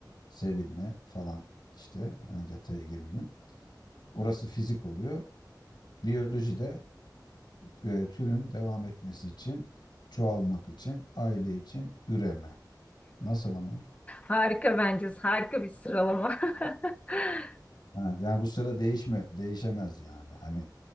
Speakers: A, on the left (about 90°); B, on the left (about 20°).
A: sevilme falan işte e, detaya girmeyeyim. Orası fizik oluyor. Biyoloji de e, türün devam etmesi için, çoğalmak için, aile için üreme. Nasıl ama?
B: Harika bence. Harika bir sıralama. <laughs>
A: Ha, yani bu sıra değişme, değişemez yani. Hani